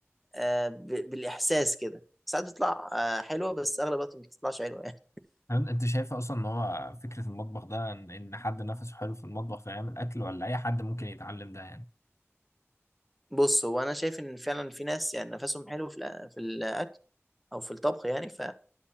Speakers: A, in the centre; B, on the left.
A: آه، ب- بالاحساس كده ساعات بتطلع آه، حلوه بس اغلب الوقت ما بتطلعش حلوه يعني
B: هل انت شايف اصلا ان هو فكره المطبخ ده ان إن حد نفسه حلو في المطبخ فيعمل اكل ولا اي حد ممكن يتعلم ده يعني
A: <laughs> بص هو انا شايف ان فعلا في ناس يعني نفسهم حلو في الأ- في الاكل او في الطبخ يعني ف